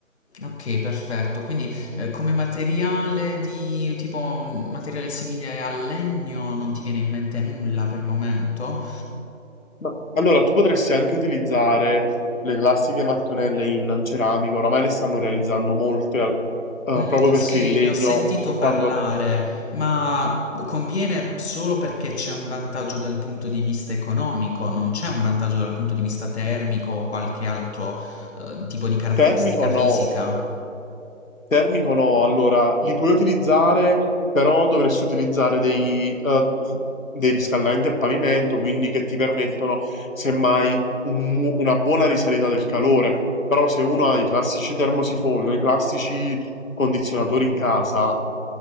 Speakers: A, on the left; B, on the left.
A: Ok, perfetto. Quindi eh, come materiale di tipo un materiale simile al legno non ti viene in mente nulla per il momento?
B: Ma allora tu potresti anche utilizzare le classiche mattonelle in ceramica, oramai le stanno realizzando molte, al- eh,
A: Mm,
B: proprio perché
A: sì,
B: il legno
A: ne ho sentito
B: quando
A: parlare, ma conviene solo perché c'è un vantaggio dal punto di vista economico, non c'è un vantaggio dal punto di vista termico o qualche altro eh, tipo di caratteristica
B: termico
A: fisica.
B: no, Termico no, allora li puoi utilizzare, però dovresti utilizzare dei, eh, dei riscaldamenti a pavimento, quindi che ti permettono semmai un mu- una buona risalita del calore. Però se uno ha i classici termosifoni o i classici condizionatori in casa,